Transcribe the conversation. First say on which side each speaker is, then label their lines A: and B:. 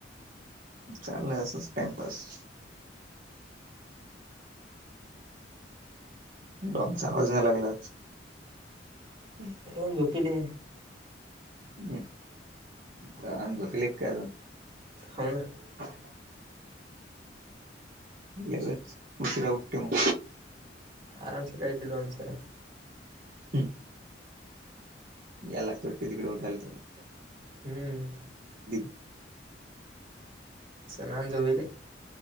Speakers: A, on the right; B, on the right.
A: चाललंय असंच टाइमपास डॉगचा आवाज नाय लागला आज हम्म
B: दोन झोपिले
A: हम्म, काय आणि झोपली काय अजून?
B: हो ना
A: हाय <unintelligible> गेलेच, उशिरा उटते म
B: आरामशीर राहायच, डॉनसारख.
A: हम्म यायला लागतोय वाटत, तिकडे उठायला त्याले,
B: हम्म
A: <unintelligible>
B: सना अजून झोपीले